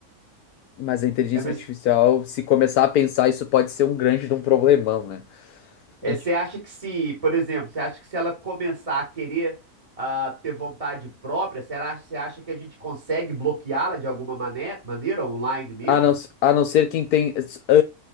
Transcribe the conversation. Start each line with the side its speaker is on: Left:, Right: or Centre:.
Left: mas a inteligência
Right: É, mas
Left: artificial, se começar a pensar, isso pode ser um grande de um problemão, né?
Right: É,
Left: A gente,
Right: você acha que se, por exemplo, você acha que se ela começar a querer ah, ter vontade própria, será, você acha que a gente consegue bloqueá-la de alguma mané- maneira, online mesmo?
Left: a não, a não ser quem tem, ah,